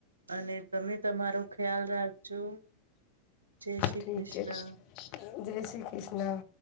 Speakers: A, on the right (about 75°); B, on the left (about 40°).
A: અને તમે તમારો ખ્યાલ રાખજો. જય શ્રી
B: ઠીક
A: કૃષ્ણ
B: છે જય શ્રી કૃષ્ણ.